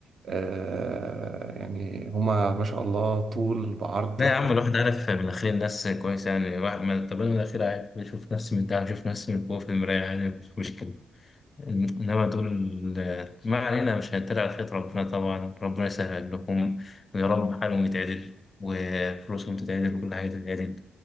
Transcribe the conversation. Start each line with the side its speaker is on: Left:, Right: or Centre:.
Right: آه يعني هما ما شاء الله طول بعرض
Left: لا
Right: ب-
Left: يا عم الواحد عارف من الاخير الناس كويسه يعني واحد ما طب انا من الاخير عادي بشوف نفسي من ده بشوف نفسي من جوه في المرايه عادي مش مشكله انما دول ما علينا مش هنتريق على خيط ربنا طبعا ربنا يسهل لهم ويا رب حالهم يتعدل وفلوسهم تتعدل وكل حاجه تتعدل